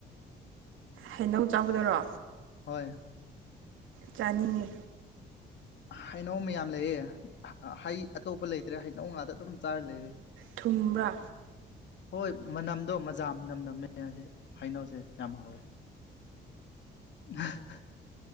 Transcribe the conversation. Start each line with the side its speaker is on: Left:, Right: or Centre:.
Right: ꯍꯩꯅꯧꯛ ꯆꯥꯕꯗꯔꯣ
Left: ꯍꯣꯏ
Right: ꯆꯥꯅꯤꯡꯉꯤ
Left: ꯍꯩꯅꯧ ꯃꯌꯥꯝ ꯂꯩꯑꯦ ꯍꯩ ꯑꯇꯣꯞꯄ ꯂꯩꯇ꯭ꯔꯦ ꯍꯩꯅꯧ ꯉꯥꯇ ꯑꯗꯨꯝ ꯆꯥꯔ ꯂꯩꯔꯦ
Right: ꯊꯨꯝꯕ꯭ꯔꯥ
Left: ꯍꯣꯏ ꯃꯅꯝꯗꯣ ꯃꯖꯥ ꯃꯅꯝ ꯅꯝꯃꯦ ꯍꯥꯏꯅꯧꯁꯦ ꯌꯥꯝ ꯍꯥꯎꯋꯦ ꯎ